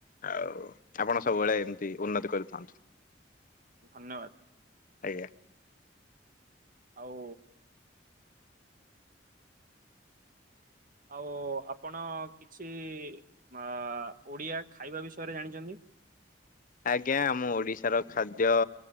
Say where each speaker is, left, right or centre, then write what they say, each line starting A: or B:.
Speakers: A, on the left (about 45°); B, on the right (about 50°).
A: ଆଉ ଆପଣ ସବୁବେଳେ ଏମିତି ଉନ୍ନତି କରୁଥାନ୍ତୁ।
B: ଧନ୍ୟବାଦ।
A: ଆଜ୍ଞା।
B: ଆଉ ଆଉ ଆପଣ କିଛି ବା ଓଡିଆ ଖାଇବା ବିଷୟରେ ଜାଣିଚନ୍ତି?
A: ଆଜ୍ଞା ମୁଁ ଓଡିଶାର ଖାଦ୍ୟ